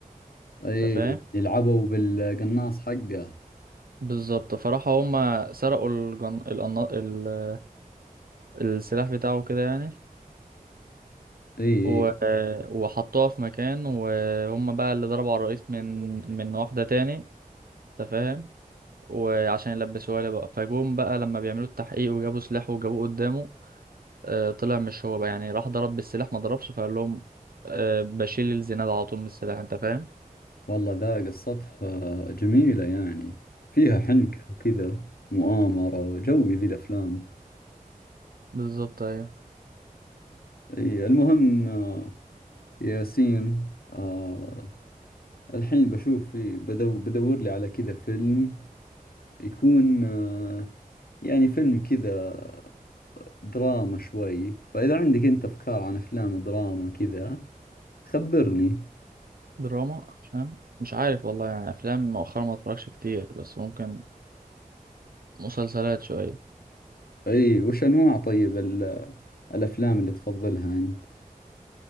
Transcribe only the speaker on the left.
اي
يلعبوا بالقناص حقه
اي اي
والله ذا قصتها جميلة يعني فيها حنكة وكذا مؤامرة وجوي ذي الأفلام
اي المهم آه، ياسين آه الحين بشوف في بدو بدور لي على كذا فيلم يكون آه يعني فيلم كذا دراما شوي فإذا عندك أنت أفكار عن أفلام دراما كذا خبرني
اي وش انواع طيب الافلام اللي تفضلها انت